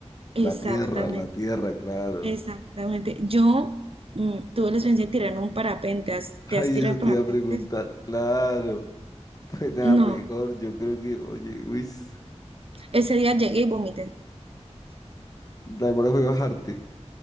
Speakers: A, on the right; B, on the left.
A: exactamente
B: la tierra, la tierra, claro.
A: Exactamente. Yo mm, tuve la experiencia de tirarme un parapente. ¿Has-
B: Ay,
A: ¿Te has tirado
B: eso te
A: parapente?
B: iba a preguntar, claro. <laughs> Pues nada,
A: No.
B: mejor, yo creo que, oye, uy, s-
A: Ese día llegué y vomité.
B: la demora fue bajarte.